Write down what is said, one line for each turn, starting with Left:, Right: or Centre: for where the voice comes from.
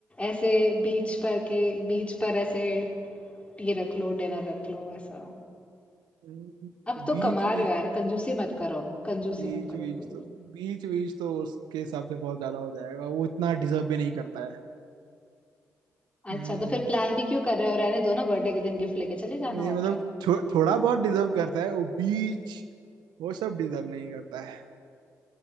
Left: ऐसे बीच पर के बीच पर ऐसे ये रख लो डिनर रख लो ऐसा
Right: हम्म,
Left: अब तो
Right: बीच
Left: कमा
Right: बीच
Left: रहे हो यार कंजूसी मत करो कंजूसी
Right: बीच
Left: मत करो
Right: बीच
Left: प्लीज
Right: तो बीच बीच तो उसके हिसाब से बहुत ज्यादा हो जाएगा वो इतना डिजर्व भी नहीं करता है
Left: अच्छा
Right: हम्म
Left: तो फिर प्लान भी क्यों कर रहे हो रहने दो ना बर्थडे के दिन गिफ्ट लेके चले
Right: ये
Left: जाना
Right: मतलब
Left: और क्या
Right: छो, थोड़ा बहुत डिजर्व करता है वो बीच वो सब डिजर्व नहीं करता है